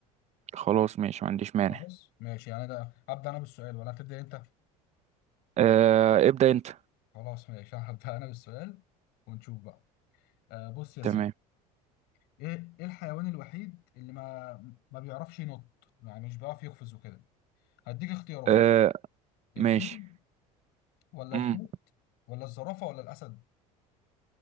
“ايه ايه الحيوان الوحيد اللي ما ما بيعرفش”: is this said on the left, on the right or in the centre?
Left